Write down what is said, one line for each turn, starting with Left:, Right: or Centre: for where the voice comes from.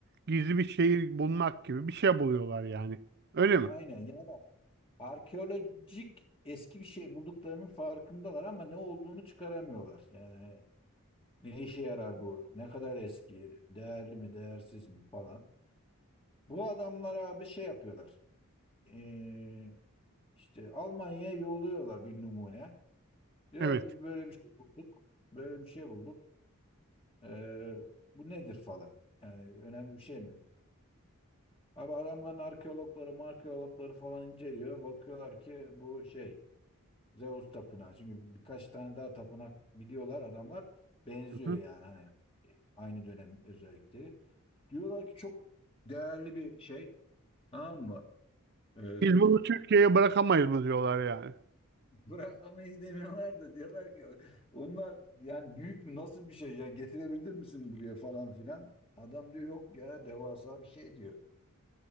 Right: gizli bir şehir bulmak gibi bir şey buluyorlar yani. Öyle mi?
Left: aynen yani arkeolojik eski bir şey bulduklarının farkındalar ama ne olduğunu çıkaramıyorlar. Yani Ne işe yarar bu? Ne kadar eski? Değerli mi, değersiz mi falan. Bu adamlar abi şey yapıyorlar. Ee, işte Almanya'ya yolluyorlar bir numune. Diyorlar
Right: Evet.
Left: ki biz böyle bir şey bulduk. Böyle bir şey bulduk. Ee, bu nedir falan. Yani önemli bir şey mi? Abi adamların arkeologları, arkeologları falan inceliyor. Bakıyorlar ki bu şey Zeus tapınağı. Çünkü birkaç tane daha tapınak biliyorlar adamlar. Benziyor
Right: Hı hı.
Left: yani hani şey, aynı dönemin özellikleri. Diyorlar ki çok değerli bir şey. Tamam mı? Ee,
Right: Biz bunu Türkiye'ye bırakamayız mı diyorlar yani.
Left: <laughs> bırakamayız demiyorlar da diyorlar ki onlar yani büyük mü nasıl bir şey yani getirebilir misin buraya falan filan. Adam diyor yok ya devasa bir şey diyor.